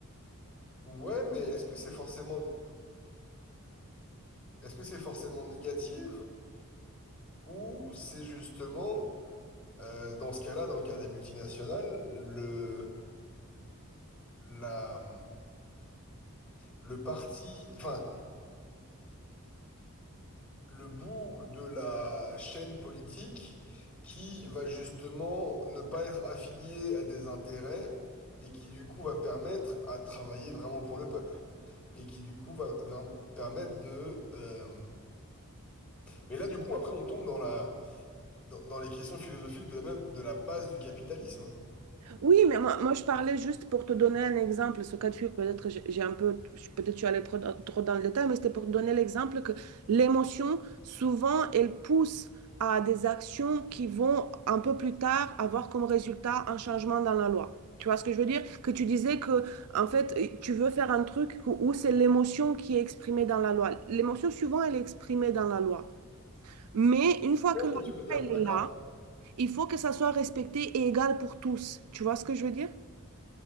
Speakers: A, in the centre; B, on the right.
A: Ouais, mais est-ce que c'est forcément... Est-ce que c'est forcément négatif ou c'est justement, euh, dans ce cas-là, dans le cas des multinationales, le... la... le parti... Enfin, le bout de la chaîne politique qui va justement ne pas être affilié à des intérêts et qui du coup va permettre à travailler vraiment pour le peuple. Et qui du coup va, va permettre de... euh, Mais là du coup après on tombe dans la, dans, dans les questions philosophiques de la même, de la base du capitalisme.
B: Oui, mais moi, moi, je parlais juste pour te donner un exemple. Ce cas de figure, peut-être que j'ai j'ai un peu, je- peut-être je suis allée trop dans, trop dans le détail, mais c'était pour te donner l'exemple que l'émotion, souvent, elle pousse à des actions qui vont un peu plus tard avoir comme résultat un changement dans la loi. Tu vois ce que je veux dire? Que tu disais que, en fait, tu veux faire un truc où c'est l'émotion qui est exprimée dans la loi. L'émotion, souvent, elle est exprimée dans la loi. Mais une fois
A: Je
B: que
A: comprends
B: la loi,
A: ce que tu veux dire,
B: elle
A: d'accord.
B: est là, il faut que ça soit respecté et égal pour tous. Tu vois ce que je veux dire?